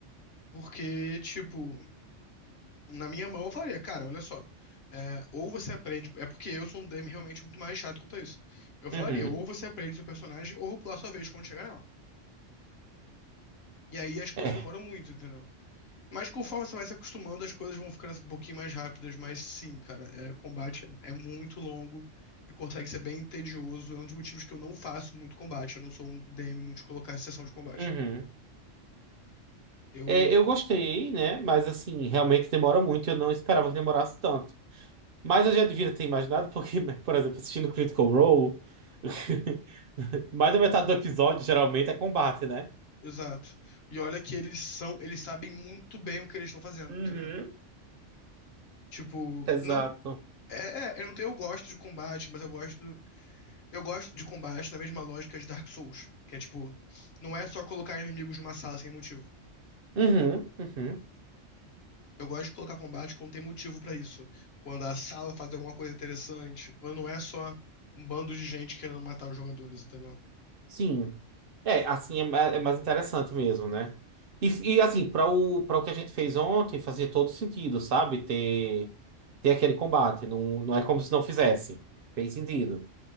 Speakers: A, on the left; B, on the right.
A: Porque, tipo, na minha mão eu falaria, cara, olha só, é, ou você aprende, é porque eu sou um DM realmente muito mais chato quanto a isso. Eu falaria,
B: uhum.
A: ou você aprende seu personagem, ou eu vou pular sua vez quando chegar nela. E aí as coisas
B: É,
A: demoram muito, entendeu? Mas conforme você vai se acostumando, as coisas vão ficando um pouquinho mais rápidas. Mas sim, cara, é, combate é muito longo e consegue ser bem tedioso. É um dos motivos que eu não faço muito combate. Eu não sou um DM muito de colocar em sessão de combate.
B: uhum.
A: Eu.
B: É, eu gostei, né? Mas, assim, realmente demora muito. Eu não esperava que demorasse tanto. Mas eu já devia ter imaginado, porque, <laughs> por exemplo, assistindo Critical Role, <laughs> mais da metade do episódio geralmente é combate, né?
A: Exato. E olha que eles são. Eles sabem muito bem o que eles estão fazendo,
B: Uhum,
A: entendeu? Tipo,
B: exato.
A: não. É, é, eu não tenho, eu gosto de combate, mas eu gosto. Eu gosto de combate na mesma lógica de Dark Souls, que é tipo, não é só colocar inimigos numa sala sem motivo.
B: Uhum, uhum.
A: Eu gosto de colocar combate quando tem motivo pra isso. Quando a sala faz alguma coisa interessante, quando não é só um bando de gente querendo matar os jogadores, entendeu?
B: Sim. É, assim é, ma- é mais interessante mesmo, né? E, e, assim, para o, para o que a gente fez ontem, fazia todo sentido, sabe? Ter, ter aquele combate. Não, não é como se não fizesse. Fez sentido.